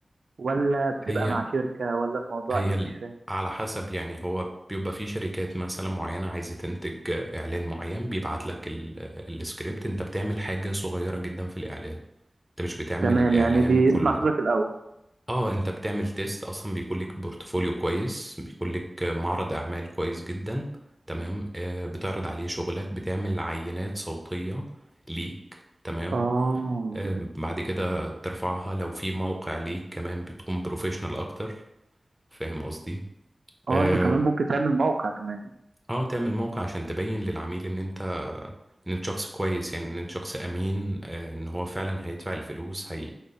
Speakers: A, on the right (about 75°); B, in the centre.
A: ولا بتبقى
B: هي
A: مع شركة ولا الموضوع
B: هي
A: ايه
B: ال-
A: مش فاهم
B: على حسب يعني هو بيبقى في شركات مثلا معينة عايزة تنتج إعلان معين بيبعت لك ال- السكريبت أنت بتعمل حاجة صغيرة جدا في الإعلان أنت مش بتعمل
A: تمام
B: الإعلان
A: يعني بيسمع
B: كله
A: صوتك الاول
B: اه انت بتعمل تيست اصلا بيكون لك بورتفوليو كويس بيكون لك معرض اعمال كويس جدا تمام آه بتعرض عليه شغلك بتعمل عينات صوتية ليك تمام
A: اه
B: آه بعد كده ترفعها لو في موقع ليك كمان بتكون بروفيشنال اكتر فاهم قصدي
A: اه
B: اه
A: انت كمان ممكن تعمل موقع كمان
B: آه، تعمل موقع عشان تبين للعميل ان انت ان انت شخص كويس يعني ان انت شخص امين آه، ان هو فعلا هيدفع الفلوس هي,